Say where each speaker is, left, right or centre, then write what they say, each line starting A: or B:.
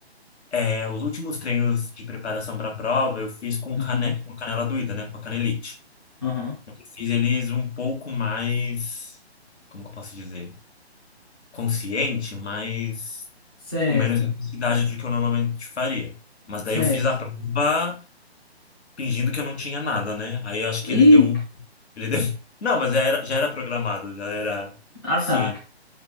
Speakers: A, on the left; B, on the left.
A: É, os últimos treinos de preparação para a prova eu fiz com,
B: Uhum,
A: cane com canela doída, né? Com a canelite.
B: uhum.
A: Eu fiz eles um pouco mais, como que eu posso dizer? Consciente, mas
B: Certo,
A: com menos intensidade do que eu normalmente faria. Mas daí
B: certo.
A: eu fiz a prova fingindo que eu não tinha nada, né? Aí eu acho que
B: Ih,
A: ele deu um. Ele deu... <laughs> Não, mas já era, já era programado, já era
B: ah
A: ciente.
B: tá.